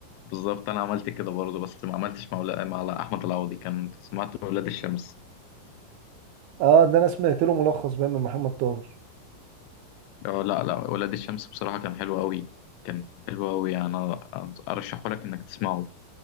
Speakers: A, on the left; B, on the right.
A: بالظبط انا عملت كده برضه بس ما عملتش مع ولا- مع احمد العوضي كان سمعت ولاد الشمس
B: اه ده انا سمعت له ملخص بقى من محمد طاهر
A: اه لا لا ولاد الشمس بصراحة كان حلو قوي كان حلو قوي يعني انا أنا ارشحه لك انك تسمعه